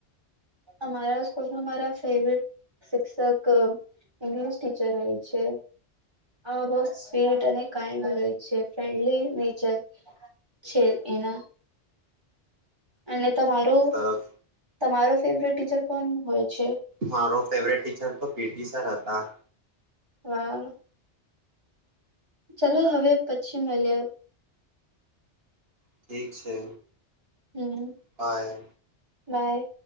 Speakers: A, on the right (about 20°); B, on the right (about 55°).
A: અમારાં સ્કૂલમા અમારા ફેવરેટ શિક્ષક ઇંગ્લિશ ટીચર હોય છે આ બ સ્વીટ અને કાઈન્ડ હોય છે ફન્ડલી નેચર છે એના અને તમારો
B: બહુ સરસ
A: તમારો ફેવરેટ ટીચર કોણ હોય છે
B: મારો ફેવરેટ ટીચર તો પીટી સર હતા
A: વાહ ચલો હવે પછી મે લ્યે
B: ઠીક છે
A: હમ
B: બાય
A: બાય